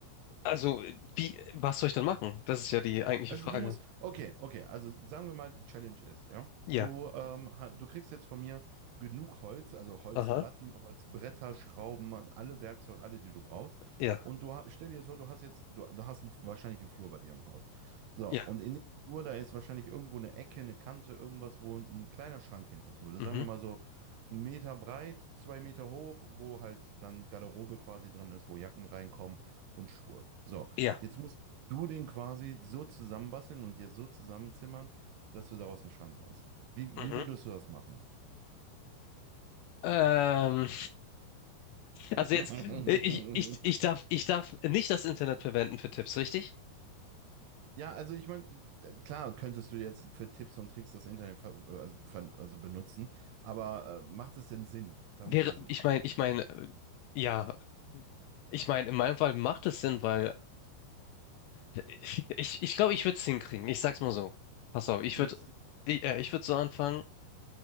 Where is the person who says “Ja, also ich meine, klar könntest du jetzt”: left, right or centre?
Right